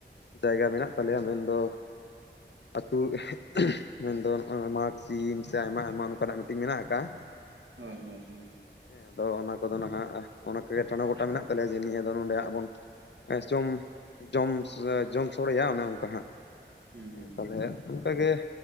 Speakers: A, on the left; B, on the right.
A: ᱡᱟᱭᱜᱟ ᱢᱮᱱᱟᱜ ᱛᱟᱞᱮᱭᱟ ᱢᱮᱱᱫᱚ ᱟᱹᱛᱩ ᱢᱮᱱᱫᱚ ᱱᱚᱜᱼᱚᱭ ᱢᱟᱜᱽ ᱥᱤᱢ, ᱥᱮ ᱟᱭᱢᱟ ᱟᱭᱢᱟ ᱚᱝᱠᱟᱱᱟᱜ ᱢᱤᱫᱴᱤᱡ ᱢᱮᱱᱟᱜ ᱠᱟᱜᱼᱟ ᱾ <inaudible>
B: ᱦᱩᱸ ᱦᱩᱸ ᱦᱩᱸ
A: ᱦᱮᱸ ᱟᱫᱚ ᱚᱱᱟ ᱠᱚᱫᱚ ᱱᱟᱦᱟᱜ ᱚᱱᱟ ᱠᱚᱜᱮ ᱴᱟᱲᱚ ᱜᱚᱴᱟ ᱢᱮᱱᱟᱜ ᱛᱟᱞᱮᱭᱟ ᱡᱮ ᱱᱤᱭᱟᱹ ᱟᱫᱚ ᱱᱚᱰᱮ ᱦᱟᱸᱜ ᱵᱚᱱ ᱡᱚᱢ ᱡᱚᱢ ᱡᱚᱢ ᱥᱚᱲᱮᱭᱟ ᱚᱱᱮ ᱚᱝᱠᱟ ᱦᱟᱸᱜ᱾
B: ᱦᱩᱸ ᱦᱩᱸ
A: ᱦᱮᱸ
B: ᱦᱩᱸ
A: ᱛᱟᱞᱦᱮᱜ ᱚᱝᱠᱟ ᱜᱮ